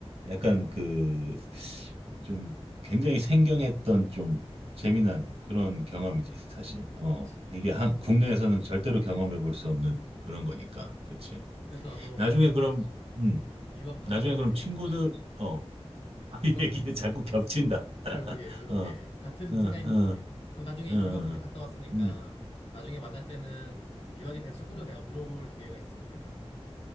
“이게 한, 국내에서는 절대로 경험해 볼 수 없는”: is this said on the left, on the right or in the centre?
Right